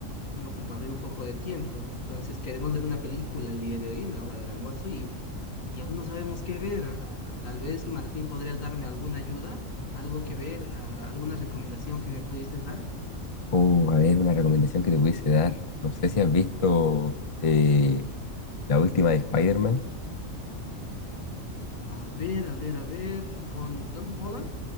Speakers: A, on the left; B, on the left.
A: bueno, compartir un poco de tiempo. Entonces queremos ver una película el día de hoy en la hora del almuerzo y, y aún no sabemos qué ver. Ah, tal vez Martín podrías darme alguna ayuda, algo que ver, ah, alguna recomendación que me pudieses dar.
B: Oh, a ver, una recomendación que te pudiese dar. No sé si has visto eh, la última de Spider-Man.
A: A ver, a ver, a ver, con Tom Holland.